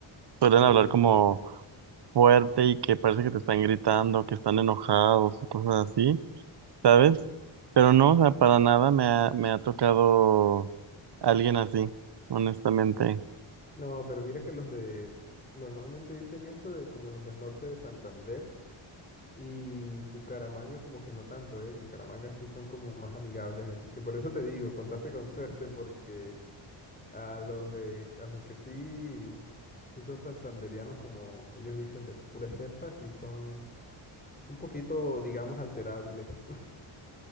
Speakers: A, on the right; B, on the left.
A: suelen hablar
B: Sí, sí,
A: como
B: sí.
A: fuerte y que parece que te están gritando, que están enojados y cosas así, ¿sabes? Pero no, o sea, para nada me ha, me ha tocado alguien así, honestamente.
B: No, pero mira que los de, normalmente dicen eso de como los del norte de Santander. Y Bucaramanga como que no tanto, ¿eh? Bucaramanga sí son como más amigables, así que por eso te digo, contaste con <laughs> suerte porque a los de, a los que sí, sí son santandereanos, como ellos dicen, de pura cepa, sí son un poquito, digamos, alterables. <laughs>